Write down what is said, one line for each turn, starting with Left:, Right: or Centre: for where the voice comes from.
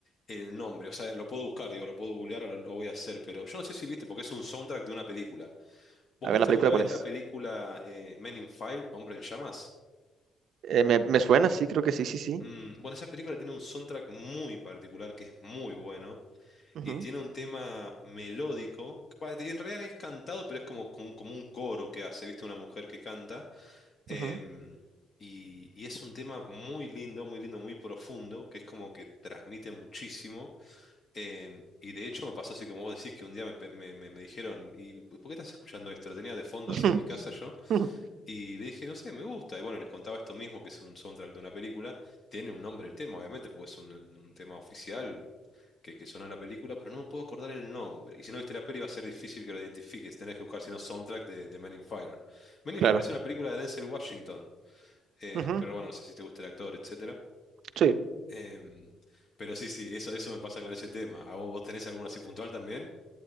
Left: el nombre, o sea, lo puedo buscar, digo, lo puedo googlear o lo, lo voy a hacer, pero yo no sé si viste, porque es un soundtrack de una película. ¿Vos
Right: a ver
Left: viste
Right: la película,
Left: alguna vez
Right: ¿cuál es?
Left: la película eh, Men in Fire, Hombre en Llamas?
Right: Eh, me, me suena, sí, creo que sí, sí, sí.
Left: Mm, bueno, esa película tiene un soundtrack muy particular que es muy bueno
Right: Ujú,
Left: y tiene un tema melódico, que pa- en realidad es cantado, pero es como, como, como un coro que hace, viste, una mujer que canta. Em,
Right: ujú.
Left: y, y es un tema muy lindo, muy lindo, muy profundo, que es como que transmite muchísimo. Em, y de hecho me pasó así como vos decís, que un día me, pe- me- me- me dijeron, ¿y por qué estás escuchando esto? Lo tenía de fondo
Right: <laughs>
Left: así en mi casa
Right: Ujú,
Left: yo.
Right: ujú,
Left: Y le dije, no sé, me gusta. Y bueno, les contaba esto mismo, que es un soundtrack de una película. Tiene un nombre el tema, obviamente, porque es un, un tema oficial que, que sonó en la película, pero no me puedo acordar el nombre. Y si no viste la peli va a ser difícil que lo identifiques. Tenés que buscar, si no, soundtrack de, de Men in Fire. Men in
Right: Claro.
Left: Fire es una película de Denzel Washington. Em,
Right: ujú,
Left: pero bueno, no sé si te gusta el actor, etcétera.
Right: Sí,
Left: Em, pero sí, sí, eso, eso me pasa con ese tema. ¿A vos, vos tenés alguno así puntual también?